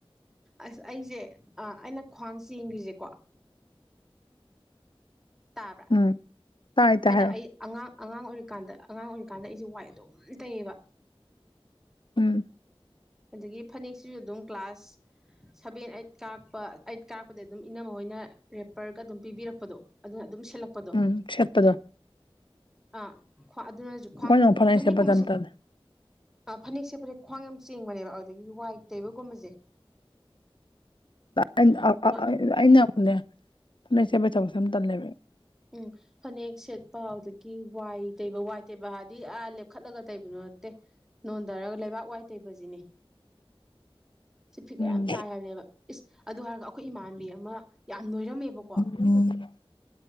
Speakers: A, in the centre; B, on the left.
A: ꯑꯁ ꯑꯩꯁꯦ ꯑꯩꯅ ꯈ꯭ꯋꯥꯡ ꯆꯦꯟꯈ꯭ꯔꯤꯁꯤꯀꯣ ꯇꯥꯕ꯭ꯔꯥ
B: ꯎꯝ ꯇꯥꯏ ꯇꯥꯏ
A: ꯑꯩꯅ
B: ꯍꯥꯏꯔꯣ
A: ꯑꯩ ꯑꯉꯥꯡ ꯑꯉꯥꯡ ꯑꯣꯏꯔꯤꯀꯥꯟꯗ ꯑꯉꯥꯡ ꯑꯣꯏꯔꯤꯀꯥꯟꯗ ꯑꯩꯁꯦ ꯋꯥꯏ ꯑꯗꯨꯝ ꯇꯩꯌꯦꯕ
B: ꯎꯝ
A: ꯑꯗꯒꯤ ꯐꯅꯦꯛꯁꯤꯁꯨ ꯑꯗꯨꯝ ꯀ꯭ꯂꯥꯁ ꯁꯚꯦꯟ ꯑꯩꯠ ꯀꯥꯔꯛꯄ ꯑꯩꯠ ꯀꯥꯔꯛꯄꯗꯩꯩ ꯑꯗꯨꯝ ꯏꯅꯝꯃ ꯍꯣꯏꯅ ꯔꯦꯄꯔꯒ ꯑꯗꯨꯝ ꯄꯤꯕꯤꯔꯛꯄꯗꯣ ꯑꯗꯨꯅ ꯑꯗꯨꯝ ꯁꯦꯠꯂꯛꯄꯗꯣ
B: ꯎꯝ ꯁꯦꯠꯄꯗꯣ
A: ꯑꯥ ꯈꯋ꯭ꯥ ꯑꯗꯨꯅꯁꯨ
B: ꯑꯩꯈꯣꯏꯅ
A: ꯈ꯭ꯋꯥꯡ
B: ꯑꯃꯨꯛ ꯐꯅꯦꯛ
A: ꯐꯅꯦꯛꯀꯨꯝꯕ
B: ꯁꯦꯠꯄꯁꯦ ꯌꯥꯝ
A: ꯁꯦꯠ
B: ꯇꯜꯂꯦ
A: ꯑ ꯐꯅꯦꯛ ꯁꯦꯠꯄꯁꯦ ꯈ꯭ꯋꯥꯡ ꯌꯥꯝ ꯆꯤꯡꯕꯅꯦꯕ ꯑꯗꯗꯒꯤ ꯋꯥꯏ ꯇꯩꯕꯒꯨꯝꯕꯁꯦ
B: ꯑꯩꯅ
A: ꯋꯥ
B: ꯑꯑ ꯑꯩꯅ ꯑꯃꯨꯛꯅꯦ ꯐꯅꯦꯛꯁꯦꯠꯄꯩ ꯊꯕꯛꯁꯦ ꯌꯥꯝ ꯇꯜ ꯂꯦꯕ
A: ꯎꯝ ꯐꯅꯦꯛ ꯁꯦꯠꯄ ꯑꯗꯗꯒꯤ ꯋꯥꯏ ꯇꯩꯕ ꯋꯥꯏ ꯇꯩꯕ ꯍꯥꯏꯗꯤ ꯑꯥ ꯂꯦꯞꯈꯠꯂꯒ ꯇꯩꯕꯗꯣ ꯅꯠꯇꯦ ꯅꯣꯟꯗꯔꯒ ꯂꯩꯕꯥꯛ ꯋꯥꯏ ꯇꯩꯕꯁꯤꯅꯤ ꯁꯤ ꯐꯤꯒꯔ
B: ꯎꯝ
A: ꯌꯥꯝ ꯇꯥꯏ ꯍꯥꯏꯕꯅꯦꯕ ꯏꯁ ꯑꯗꯨ ꯍꯥꯏꯔꯒ ꯑꯩꯈꯣꯏ ꯏꯃꯥꯟꯕꯤ ꯑꯃ ꯌꯥꯝ ꯅꯣꯏꯔꯝꯃꯦꯕꯀꯣ
B: ꯎꯝ